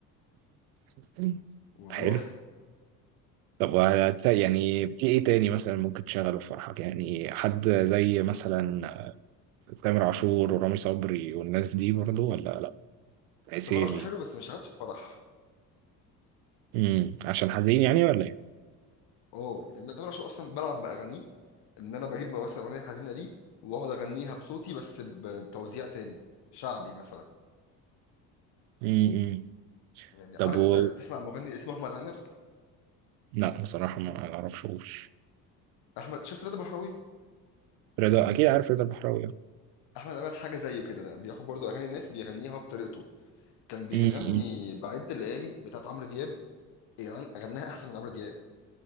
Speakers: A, on the right (about 60°); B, on the left (about 55°).
A: <laughs>
B: والله
A: حلو
B: <laughs>
A: طب وهت- يعني في ايه تاني مثلا ممكن تشغله في فرحك يعني حد زي مثلا تامر عاشور ورامي صبري والناس دي برضو ولا لا عسيلي
B: طب انا شغال حلو بس مش شغالش في فرح
A: امم عشان حزين يعني ولا ايه
B: اه يعني انا تامر عاشور اصلا بلعب باغانيه ان انا بجيب مثلا اغنيه حزينه ليه واقعد اغنيها بصوتي بس ب- بتوزيع تاني شعبي مثلا
A: امم
B: يعني
A: طب
B: عارف
A: و...
B: تسمع مغني اسمه احمد عامر
A: لا بصراحة ما اعرفشوش
B: احمد شفت رضا بحراوي
A: رضا اكيد عارف رضا البحراوي
B: احمد عامر حاجه زيه كده ده بياخد برضو اغاني الناس بيغنيها هو بطريقته كان بيغني
A: امم
B: بعد الليالي بتاعت عمرو دياب يعني غناها احسن من عمرو دياب